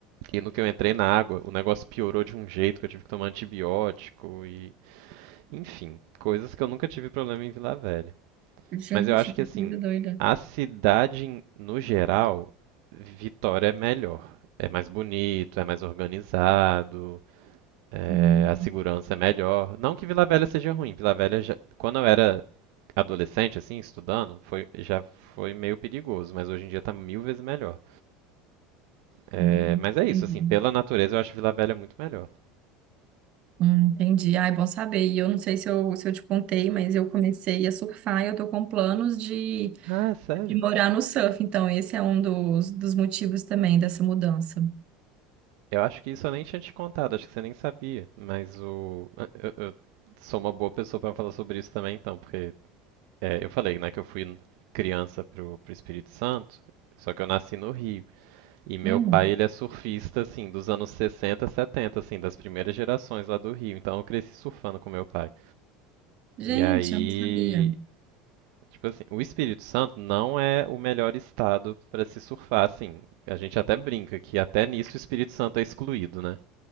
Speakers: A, on the right; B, on the right.
A: E no que eu entrei na água, o negócio piorou de um jeito que eu tive que tomar antibiótico e, enfim, coisas que eu nunca tive problema em Vila Velha.
B: Gente,
A: Mas eu acho
B: que
A: que assim,
B: coisa doida.
A: a cidade em- no geral, Vitória é melhor. É mais bonito, é mais organizado, é,
B: Hum,
A: a segurança é melhor. Não que Vila Velha seja ruim. Vila Velha, já- quando eu era adolescente, assim, estudando, foi, já foi meio perigoso, mas hoje em dia tá mil vezes melhor. É,
B: hum,
A: mas é
B: entendi.
A: isso, assim, pela natureza eu acho Vila Velha muito melhor.
B: Hum, entendi. Ah, é bom saber. E eu não sei se eu, se eu te contei, mas eu comecei a surfar e eu tô com planos de
A: Ah, sério?
B: morar no surf. Então, esse é um dos, dos motivos também dessa mudança.
A: Eu acho que isso eu nem tinha te contado, acho que você nem sabia. Mas o. Eu, eu sou uma boa pessoa pra falar sobre isso também, então, porque é, eu falei, né, que eu fui criança pro, pro Espírito Santo, só que eu nasci no Rio. E meu
B: Hum,
A: pai, ele é surfista, assim, dos anos 60, 70, assim, das primeiras gerações lá do Rio. Então eu cresci surfando com meu pai.
B: gente,
A: E aí.
B: eu não sabia.
A: Tipo assim, o Espírito Santo não é o melhor estado pra se surfar, assim. A gente até brinca que até nisso o Espírito Santo é excluído, né?